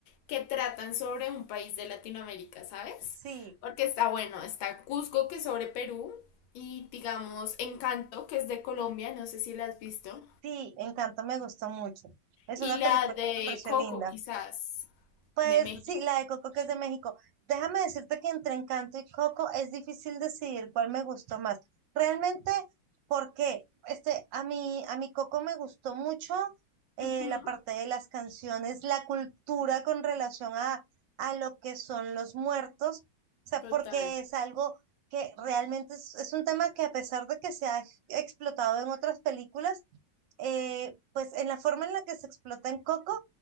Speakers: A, on the left (about 80°); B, on the right (about 70°).
A: que tratan sobre un país de Latinoamérica, ¿sabes?
B: Sí.
A: Porque está bueno, está Cusco, que es sobre Perú, y digamos, Encanto, que es de Colombia, no sé si la has visto,
B: Sí, Encanto me gustó mucho. Es
A: y
B: una
A: la
B: película
A: de
B: que me pareció
A: Coco,
B: linda.
A: quizás,
B: Pues
A: de México.
B: sí, la de Coco que es de México. Déjame decirte que entre Encanto y Coco es difícil decidir cuál me gustó más. Realmente, ¿por qué? Este, a mí, a mi Coco me gustó mucho eh,
A: Ujú,
B: la parte de las canciones, la cultura con relación a, a lo que son los muertos. O sea,
A: Total.
B: porque es algo que realmente es es un tema que a pesar de que se ha explotado en otras películas, eh, pues en la forma en la que se explota en Coco,